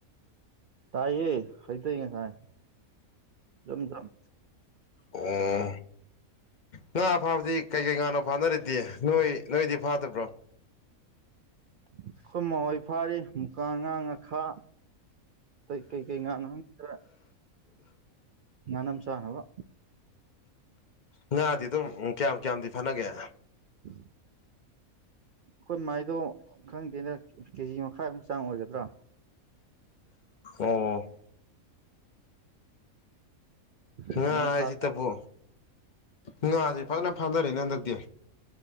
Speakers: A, on the right; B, on the left.
A: ꯇꯥꯏꯌꯦ ꯍꯩꯗꯩ ꯉꯁꯥꯏ ꯊ ꯊꯝ
B: ꯑꯣ ꯉꯥ ꯐꯥꯕꯗꯤ ꯀꯩꯀꯩ ꯉꯥꯅꯣ ꯐꯥꯅꯔꯤꯗꯤ ꯅꯣꯏ ꯅꯣꯏꯗꯤ ꯐꯥꯗꯕ꯭ꯔꯣ
A: ꯑꯩꯈꯣꯏ ꯃꯥ ꯍꯣꯏ ꯐꯥꯔꯤ ꯃꯨꯀꯥꯉꯥ ꯉꯥꯈꯥ ꯀꯩ ꯀꯩꯀꯩ ꯉꯥꯅꯣ ꯈꯔ ꯉꯥꯅꯝ ꯆꯥꯅꯕ
B: ꯉꯥꯗꯤ ꯑꯗꯨꯝ ꯀꯌꯥꯝ ꯀꯌꯥꯝꯗꯤ ꯐꯥꯅꯒꯦ
A: <unintelligible> ꯑꯩꯈꯣꯏ ꯃꯥꯏꯗꯣ ꯈꯪꯗꯦꯗ ꯀꯦꯖꯤ ꯃꯈꯥꯏꯃꯨꯛ ꯆꯥꯡ ꯑꯣꯏꯒꯗ꯭ꯔꯥ
B: ꯑꯣ
A: ꯑꯗꯨꯃꯥꯏꯅ
B: ꯉꯥ ꯍꯥꯏꯖꯤꯇꯕꯨ
A: ꯐꯥ
B: ꯉꯥꯁꯦ ꯐꯖꯅ ꯐꯥꯅꯔꯦꯅꯦ ꯍꯟꯗꯛꯇꯤ